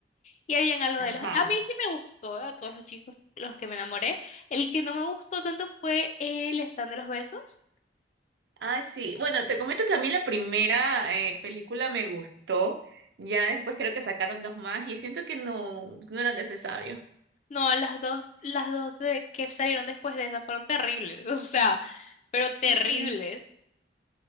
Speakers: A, on the left; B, on the right.
A: y habían algo
B: Ajá.
A: de los, a mí sí me gustó, a todos los chicos los que me enamoré, el que no me gustó tanto fue el stand de los besos.
B: Ay, sí. Bueno, te comento que a mí la primera eh, película me gustó. Ya después creo que sacaron dos más y siento que no, no era necesario.
A: No, las dos, las dos de que salieron después de esa fueron terribles, <laughs> o sea, pero terribles.
B: Sí.